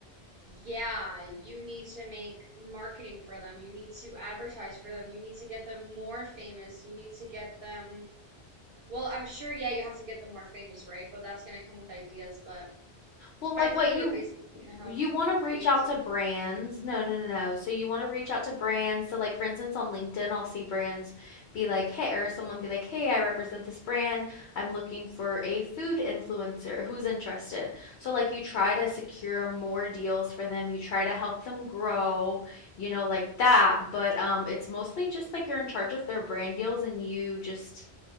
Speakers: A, on the right; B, on the left.
A: yeah, you need to make marketing for them. You need to advertise for them. You need to get them more famous. You need to get them. Well, I'm sure, yeah, you have to get them more famous, right? But that's gonna come with ideas. But
B: Well, like
A: I thought
B: what
A: you
B: you
A: were basically gonna have
B: you want to
A: creativity.
B: reach out to brands. No, no, no, no. So you want to reach out to brands. So like for instance on LinkedIn, I'll see brands be like, "Hey," or someone be like, "Hey, I represent this brand. I'm looking for a food influencer who's interested." So like you try to secure more deals for them. You try to help them grow, you know, like that, but um it's mostly just like you're in charge of their brand deals and you just